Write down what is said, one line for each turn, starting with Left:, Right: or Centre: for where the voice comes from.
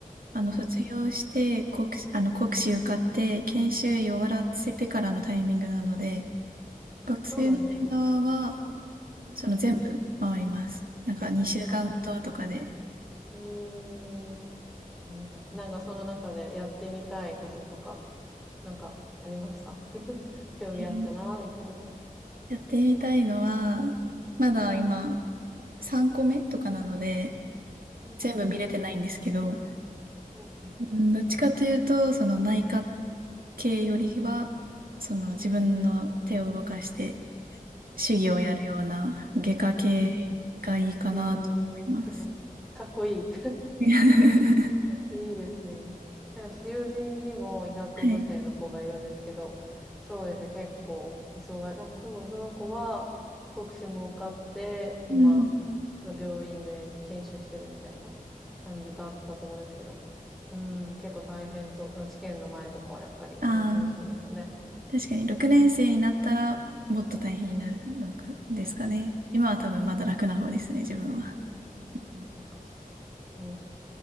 Centre: うんう
Right: あの、卒業して、国、あの、国試受かって、研修医終わらせてからのタイミングなので、
Centre: ん。
Right: 学生の間は、
Centre: あ、そうなんですね。うんうん。
Right: その全部回ります。なんか、
Centre: うんうん。
Right: 2週間ごととかで。
Centre: あ、そうなんですね。へえ、なるほど。なんかその中でやってみたいこととか、なんかありました <laughs> 興味あったな、
Right: へえ
Centre: みたいな。
Right: やってみたいのは、まだ今、3個目とかなので、
Centre: うんうんうん。
Right: 全部見れてないんですけど、
Centre: うんうん。
Right: うん、どっちかというと、その内科系よりは、その自分の手を動かして手技をやるような外科系がいいかなと思います。
Centre: うんうん。うん。へえ、すごい。かっこいい。
Right: <laughs> は
Centre: いいですね。なんか友人にも医学部生の子がいるんですけど、
Right: い。
Centre: そうですね、結構、忙い。なんかその、その子は、国試も受かって、今、
Right: うん。
Centre: その病院で研修してるみたいな感じだったと思うんですけど、うん、結構大変そう。その試験の前とかはやっぱり大変そうですよね。
Right: ああー、確かに6年生になったらもっと大変になるのかですかね。
Centre: うんうん
Right: 今は多分まだ楽な方ですね、自分は。
Centre: うんうん
Right: うん
Centre: そっかそっか。ええ